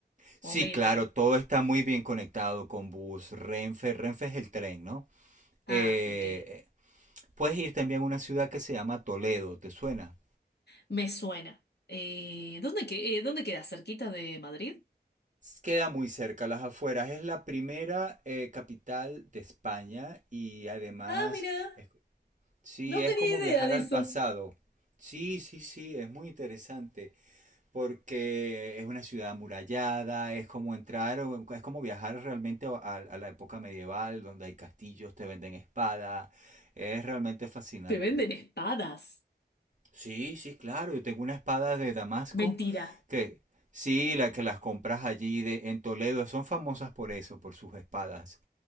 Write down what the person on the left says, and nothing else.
o
metro.
Ah, ok.
Me suena. Eh, ¿dónde, que, eh, ¿dónde queda? ¿Cerquita de Madrid?
Ah, mira,
no
tenía
idea
de
eso.
Te venden espadas.
Mentira.